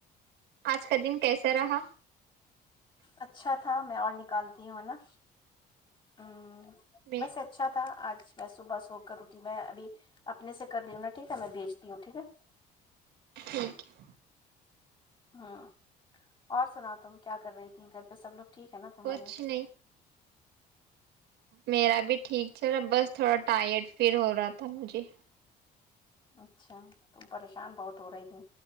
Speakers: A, on the right (about 80°); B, on the left (about 30°).
A: آج کا دن کیسا رہا
B: اچھا تھا میں اور نکالتی ہوں ہے نا ہ
A: میں
B: بس اچھا تھا آج میں صبح سو کرو تھی میں ابھی اپنے سے کر لوں نا ٹھیک ہے میں بیچتی ہوں ٹھیک ہے
A: ٹھیک ہے
B: ہوں اور سنا تم کیا کر رہی ت گھر پہ سب لوگ ٹھیک ہے نا تمہارے
A: کچھ نہیں میرا بھی ٹھیک چلا بس تھوڑا ٹائرڈ فل ہو رہا تھا مجھے
B: اچھا تم پریشان بہت ہو رہی تھی